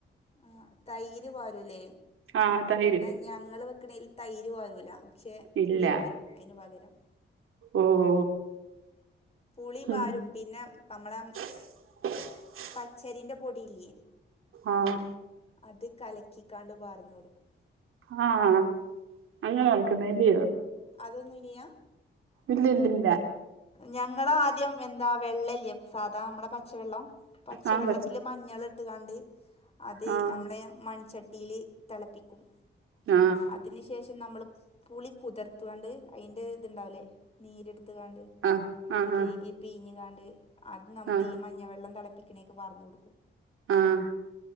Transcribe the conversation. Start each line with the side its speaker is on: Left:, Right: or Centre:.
Left: ആ തൈര് പാരൂല്ലേ?
Right: ആഹ് തൈര്
Left: ഇന്നാ ഞങ്ങള് വെക്കണേൽ തൈര് പാരൂല. ക്ഷേ
Right: ഇല്ല
Left: പുളിപാരും അയിന് പകരം.
Right: ഓഹ്.
Left: പുളി പാരും
Right: ഉം
Left: പിന്നെ നമ്മളെ
Right: <inaudible>
Left: പച്ചരിന്റെ പൊടിയില്ലേ?
Right: ആഹ്
Left: അത് കലക്കിക്കാണ്ട് പറാർന്നു കൊടുക്കും.
Right: ആ ആഹ് അങ്ങനെ വെക്കുന്നല്ലയോ?
Left: അതൊന്നുല്ല്യാ?
Right: ഇല്ലല്ല ഇല്ല.
Left: ഞങ്ങളാദ്യം എന്താ വെള്ളല്ലേ സാധാ നമ്മടെ പച്ചവെള്ളം? പച്ചവെള്ളത്തില്
Right: ആഹ് പച്ച
Left: മഞ്ഞള് ഇട്ട്ങ്ങാണ്ട് അത്
Right: ആഹ്
Left: ഞമ്മളെ മൺചട്ടിയില് തെളപ്പിക്കും.
Right: മ്മ്
Left: അതിന് ശേഷം നമ്മള് പുളി കുതിർത്തുകാണ്ട് അതിൻ്റെ ദ്ണ്ടാവൂല്ലേ? നീരെടുത്തുങ്ങാണ്ട്
Right: ആഹ്
Left: അത്
Right: ആഹ്
Left: കയ്കി പീഞ്ഞ്ക്കാണ്ട് അത് നമ്മളീ
Right: ആഹ് ആഹ്
Left: മഞ്ഞ വെള്ളം തിളപ്പിക്കണീക്ക് പാർന്നൊടുക്കും.
Right: ആഹ്